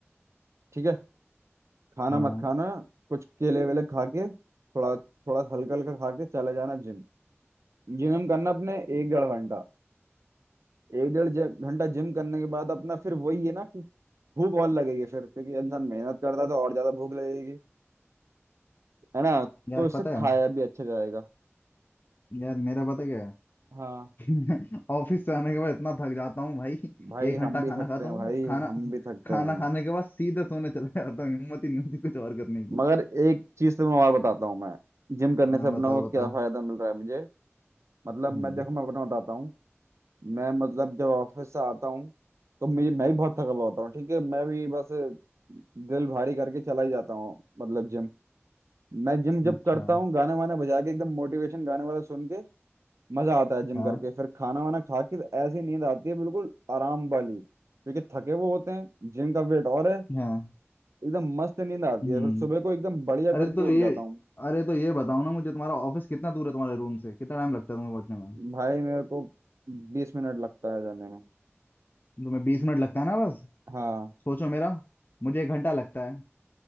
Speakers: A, on the right; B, on the left.
A: ठीक है खाना
B: हाँ
A: मत खाना कुछ केले वेले खा के थोड़ा थोड़ा हल्का हल्का खा के चले जाना जिम जिम करना अपने एक डेढ़ घंटा एक डेढ़ ज- घंटा जिम करने के बाद अपना फिर वही है ना भूख और लगेगी फिर क्योंकि इंसान मेहनत करता है तो और ज्यादा भूख लगेगी है ना
B: यार
A: तो इससे
B: पता
A: खाया
B: है
A: भी अच्छा जाएगा
B: यार मेरा पता क्या है
A: हाँ
B: <laughs> ऑफिस से आने के बाद इतना थक जाता हूँ भाई
A: भाई
B: एक घंटा
A: हम भी
B: खाना
A: थकते
B: खाता
A: हैं
B: हूँ
A: भाई
B: खाना
A: हम भी थकते
B: खाना
A: हैं
B: खाने के बाद सीधे सोने चला जाता हूँ हिम्मत ही नहीं होती कुछ और करने की
A: मगर एक चीज तो मैं और बताता हूँ मैं जिम करने
B: हाँ
A: से अपना
B: बताओ
A: को
B: बताओ
A: क्या फायदा मिल रहा है मुझे मतलब
B: हम्म
A: मैं देखो मैं अपना बताता हूँ मैं मतलब जब ऑफिस से आता हूँ तो मुझे मैं भी बहुत थका हुआ होता हूँ ठीक है मैं भी बस दिल भारी करके चला ही जाता हूँ मतलब जिम मैं जिम जब
B: अच्छा
A: करता हूँ गाने वाने बजा के एकदम मोटिवेशन गाने वाला सुन के मजा आता है जिम
B: हाँ
A: करके फिर खाना वाना खा के ऐसी नींद आती है बिल्कुल आराम वाली क्योंकि थके वो होते हैं जिम का वेट और है
B: हाँ
A: एकदम मस्त नींद आती
B: हम्म
A: है फिर सुबह को एकदम बढ़िया
B: अरे
A: करके
B: तो ये
A: उठ जाता हूँ
B: अरे तो ये बताओ ना मुझे तुम्हारा ऑफिस कितना दूर है तुम्हारे रूम से कितना टाइम लगता है तुम्हें पहुंचने में
A: भाई मेरे को बीस मिनट लगता है जाने में
B: तुम्हें बीस मिनट लगता है ना बस
A: हाँ
B: सोचो मेरा मुझे एक घंटा लगता है